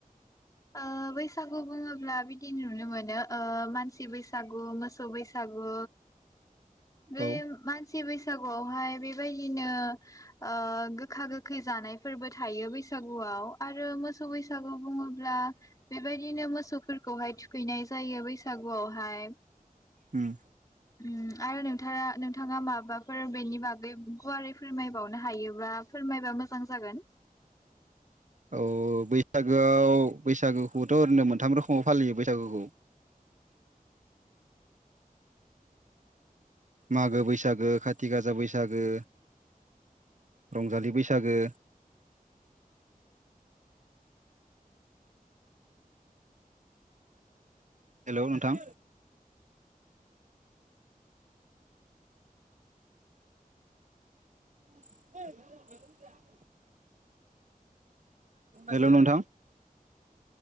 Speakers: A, on the left; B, on the right.
A: ओ बैसागु बुङोब्ला बिदि नुनो मोनो ओ मानसि बैसागु मोसौ बैसागु बे
B: औ
A: मानसि बैसागुआवहाय बेबायदिनो ओ गोखा गोखै जानायफोरबो थायो बैसागुआव आरो मोसौ बैसागु बुङो। ब्ला बेबायदिनो मोसौफोर। खौहाय थुखैनाय जायो बैसागुआवहाय
B: उम।
A: ओम आरो नोंथारा नोंथाङा माबा फोर बेनि बागै गुवारै फोरमायबावनो हायोबा फोरमायबा मोजां जागोन।
B: औ बैसागोआव बैसागोखौथ' ओरैनो मोनथाम रोखोमाव फालियो बैसागुखौ। मागो बैसागो खाथि गाजा बैसागो रंजालि बैसागो। हेलौ नोंथां <inaudible> हेलौ नोंथां